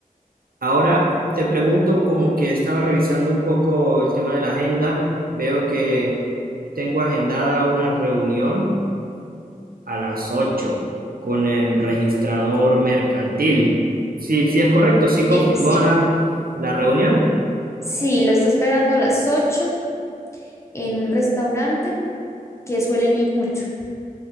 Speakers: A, on the right; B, on the left.
A: Ahora te pregunto, como que estaba revisando un poco el tema de la agenda, veo que tengo agendada una reunión a las 8 con el registrador mercantil. Sí, sí es correcto, sí confirmó
B: Sí, sí.
A: la, la reunión.
B: Sí, lo está esperando a las 8 en un restaurante que suelen ir mucho.